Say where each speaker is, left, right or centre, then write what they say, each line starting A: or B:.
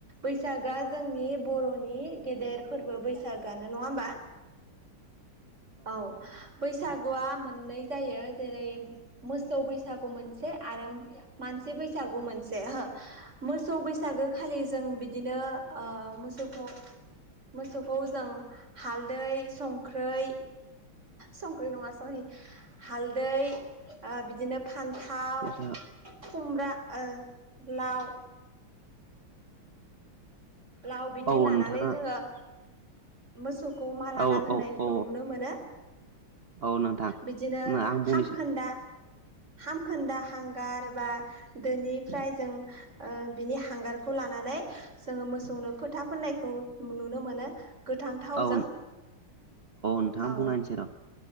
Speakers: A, on the right; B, on the right.
A: बैसागआ जोंनि बर'नि गेदेर फोरबो बैसागोआनो नङा होमबा औ बैसागुआ मोननै जायो जेरै मोसौ बैसागु मोनसे आरो मानसि बैसागु मोनसे। मोसौ बैसागो खालि जों बिदिनो अ मोसौखौ मोसौखौ जों हालदै संख्रै संख्रि नङा सरि हालदै। बिदिनो फान्थाव
B: बैसाग
A: खुमब्रा ओ लाव। बाव बिदि
B: औ
A: लानानै
B: नोंथाङा
A: जोङो मोसौखौ माला
B: औ
A: गानहोनायखौ
B: औ औ
A: नुनो मोनो
B: औ नोंथां
A: बिदिनो
B: आं बुंनोसै
A: हामखोन्दा हामखोन्दा हांगार बा दोनिफ्राय जों बिनि हांगारखौ लानानै जोङो मोसौनो फोथाब फाननायखौ नुनो मोनो गोथां थावजों
B: औ नोंथां
A: औ
B: बुंना होनोसै र'